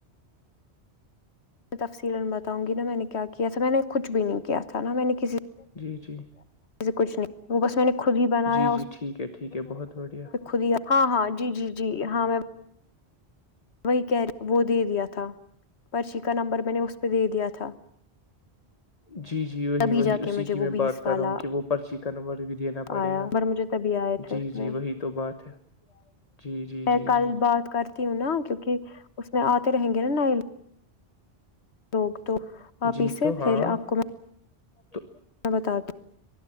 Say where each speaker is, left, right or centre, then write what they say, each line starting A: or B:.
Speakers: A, on the left; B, on the left.
A: میں تفصیلن بتاؤں گی نا میں نک کیا کیا تھا میں نے کچھ بھی نہیں کیا تھا تھا نا میں نے کسی
B: جی جی <unintelligible>
A: سے کچھ نہیں وہ بس <unintelligible> میں نے ک ہی بنایا
B: جی
A: اس
B: جی ٹھیک ہے ٹھیک ہے بہت بڑھیا
A: پ ہاں ہاں جی جی جی ہاں میں وہی کہ وہ دے دیا تھا پرچی کا نمبر میں نے اس پہ دے دیا تھا
B: جی جی وہی
A: تبھی
B: وہی
A: جا
B: اسی
A: کے مجھے
B: کی
A: وہ
B: میں
A: بیس
B: بات کر
A: والا
B: رہا ہوں کہ وہ پرچی کا نمبر بھی دینا پڑے
A: آیا
B: گا
A: پر مجھے تبھی آئے تھے
B: جی
A: اس میں
B: جی وہی تو بات ہے جی جی
A: میں
B: جی
A: کل
B: جی
A: بات کرتی ہوں نا کیونکہ اس میں آتے رہیں گے نا نئےوگ لوگ تو آپ
B: جی
A: اسے
B: تو ہاں
A: پھر آپ کو <unintelligible>
B: تو
A: میں بت دوں <unintelligible>